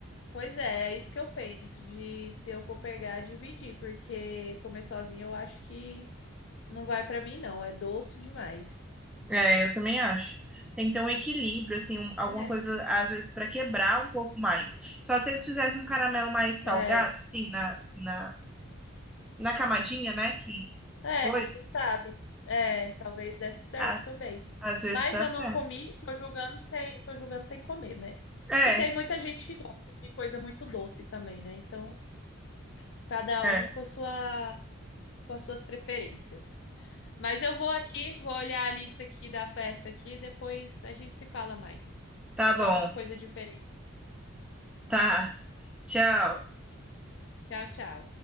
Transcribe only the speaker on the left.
pois é, é isso que eu penso de se eu for pegar, dividir, porque comer sozinho eu acho que não vai para mim, não. É doce demais.
É.
É.
É,
quem sabe? É, talvez desse certo
também.
Mas
eu
não comi, tô julgando sem, tô julgando sem comer, né?
E tem muita gente que gosta de coisa muito doce também, né? Então, cada
um com a sua, com as suas preferências. Mas eu vou aqui, vou olhar a lista aqui da festa aqui, depois a gente se fala mais. Se
tiver
uma coisa diferente.
Tchau, tchau.